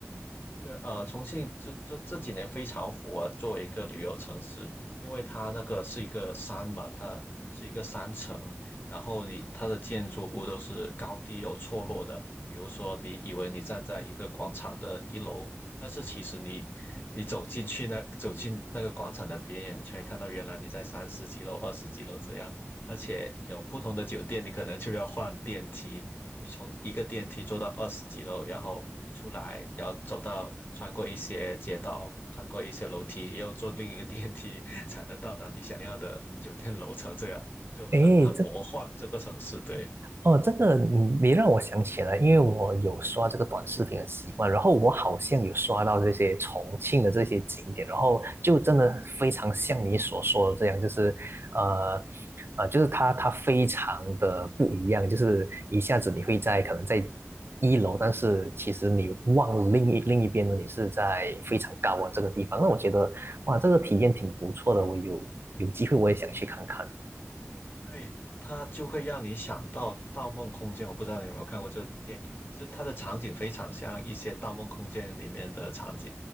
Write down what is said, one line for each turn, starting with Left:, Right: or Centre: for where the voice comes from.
Left: 对，呃，重庆就这这几年非常火，作为一个旅游城市，因为它那个是一个山嘛，它是一个山城，然后你它的建筑物都是高低有错落的。比如说，你以为你站在一个广场的一楼，但是其实你 <laughs> 你走进去那走进那个广场的边缘，你就会看到原来你在三十几楼、二十几楼这样，而且有不同的酒店，你可能就要换电梯，你从一个电梯坐到二十几楼，然后出来，然后走到穿过一些街道，穿过一些楼梯，又坐另一个电梯 <laughs> 才能到达你想要的酒店楼层，这样就很很魔幻这个城市，
Right: 诶，这
Left: 对。
Right: 哦，这个你你让我想起来，因为我有刷这个短视频的习惯，然后我好像有刷到这些重庆的这些景点，然后就真的非常像你所说的这样，就是呃呃，就是它它非常的不一样，就是一下子你会在可能在一楼，但是其实你望了另一另一边呢，你是在非常高的这个地方，那我觉得哇，这个体验挺不错的，我有有机会我也想去看看。
Left: 对，它就会让你想到《盗梦空间》，我不知道你有没有看过这个电影，就它的场景非常像一些《盗梦空间》里面的场景，